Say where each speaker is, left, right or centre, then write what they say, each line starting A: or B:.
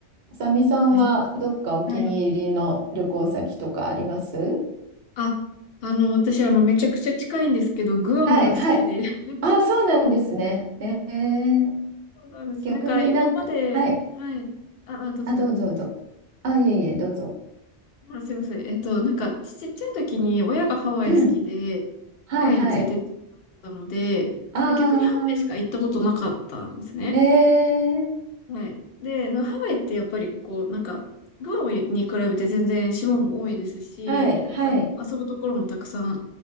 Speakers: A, on the right; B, on the left.
A: あさみさんはどっかお気に入りの旅行先とかあります
B: えーはい。あ、あの、私、あの、めちゃくちゃ近いんですけど、グアムが好きで。
A: はい、はい。
B: <laughs>
A: あ、そうなんですね。えー、
B: そうなんです。
A: 逆になんか、
B: なんか、今まで、
A: はい。
B: はい。あ、あ、どうぞ。
A: あ、どうぞどうぞ。あ、いえいえ、どうぞ。
B: あ、すいません。えっと、なんか、ちっちゃい時に親がハワイ好きで、
A: うん。はい、
B: ハワイに連れてってもらってたので、
A: はい。あ
B: 逆にハワイしか行ったことなかったんですね。
A: あ。えー、
B: はい。で、のハワイってやっぱりこう、なんか、グアムに比べて全然島も多いですし、
A: はい、はい、
B: あの、遊ぶところもたくさん